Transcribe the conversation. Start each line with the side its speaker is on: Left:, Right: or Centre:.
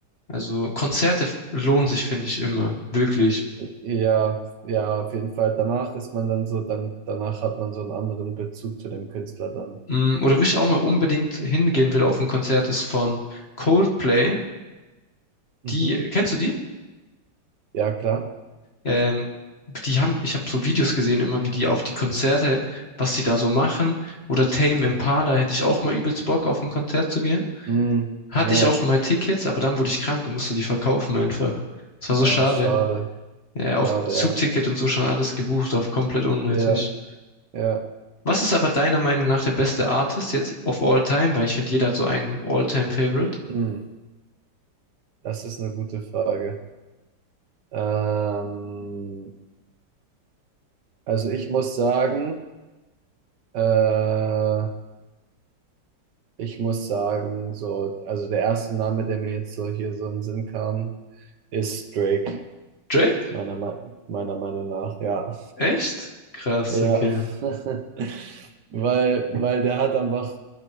Left: Also Konzerte f- lohnen sich, finde ich, immer. Wirklich.
Right: Ja, ja, auf jeden Fall. Danach ist man dann so, dann, danach hat man so einen anderen Bezug zu dem Künstler dann.
Left: Mm, Oder wo ich auch mal unbedingt hingehen will auf ein Konzert, ist von Coldplay.
Right: Mhm.
Left: Die, kennst du die?
Right: Ja, klar.
Left: Ähm, die haben, ich habe so Videos gesehen, immer wie die auf die Konzerte, was die da so machen. Oder Tame Impala hätte ich auch mal übelst Bock, auf ein Konzert zu gehen.
Right: Hm,
Left: Hatte
Right: ja,
Left: ich auch mal Tickets, aber dann wurde ich krank und musste die verkaufen einfach. Das war so
Right: oh,
Left: schade.
Right: schade.
Left: Ja,
Right: Schade,
Left: auch Zugticket
Right: ja.
Left: und so schon alles gebucht auf komplett unnötig.
Right: Ja, ja.
Left: Was ist aber deiner Meinung nach der beste Artist jetzt of all time? Weil ich finde, jeder hat so einen All-Time-Favorite.
Right: Hm, das ist eine gute Frage. Ähm, also ich muss sagen, äh, ich muss sagen, so, also der erste Name, der mir jetzt so hier so in den Sinn kam, ist Drake,
Left: Drake?
Right: meiner, Me- meiner Meinung nach, ja.
Left: Echt? Krass,
Right: Ja,
Left: okay.
Right: <laughs> weil, weil der hat einfach